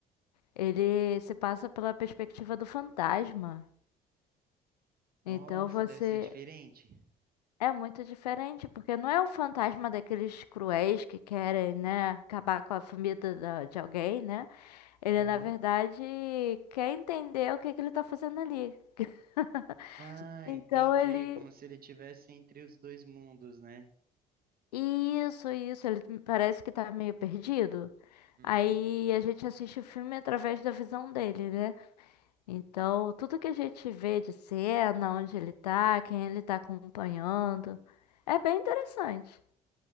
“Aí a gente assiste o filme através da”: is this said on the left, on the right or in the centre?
Left